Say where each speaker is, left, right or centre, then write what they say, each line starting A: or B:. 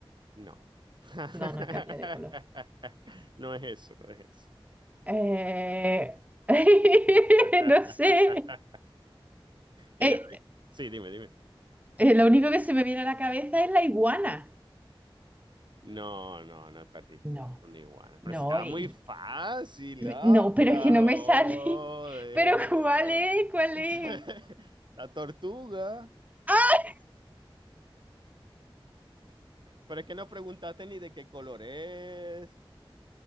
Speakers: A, on the right; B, on the right.
A: No. <laughs>
B: No, no cambia de color.
A: No es eso, no es eso.
B: Eh, <laughs>
A: <laughs>
B: no sé.
A: Mira,
B: Eh,
A: sí, dime, dime.
B: eh, lo único que se me viene a la cabeza es la iguana.
A: No, no, no perdiste
B: No,
A: un iguana. Pero
B: no,
A: si estaba
B: y-
A: muy fácil,
B: y-
A: Laura,
B: no, pero es que no me
A: joder.
B: sale. <laughs> Pero ¿cuál es? ¿Cuál
A: <laughs>
B: es?
A: La tortuga.
B: ¡Ah!
A: Pero es que no preguntaste ni de qué color es,